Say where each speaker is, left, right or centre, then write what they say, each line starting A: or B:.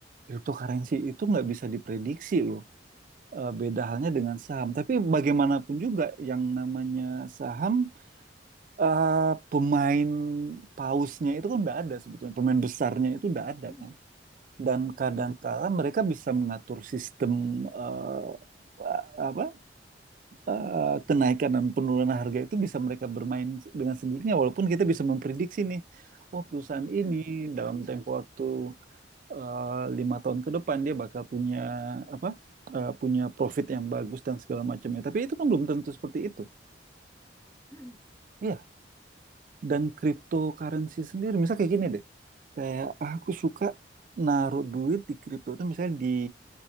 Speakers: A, on the right (about 45°); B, on the left (about 15°).
A: cryptocurrency itu nggak bisa diprediksi loh. Eh, beda halnya dengan saham. Tapi bagaimanapun juga yang namanya saham, eh, pemain pausnya itu kan nggak ada sebetulnya. Pemain besarnya itu nggak ada
B: Hmm,
A: kan. Dan kadang-kala
B: hmm,
A: mereka bisa mengatur sistem eh, apa eh, kenaikan dan penurunan harga itu bisa mereka bermain dengan sendirinya. Walaupun kita bisa memprediksi nih, oh perusahaan
B: hmm,
A: ini dalam tempo waktu eh, lima tahun ke depan dia bakal punya apa eh, punya profit yang bagus dan segala macamnya. Tapi itu kan belum tentu seperti itu.
B: hmm,
A: Iya. Dan cryptocurrency sendiri, misalnya kayak gini deh, kayak "Ah, aku suka naruh duit di kripto itu misalnya di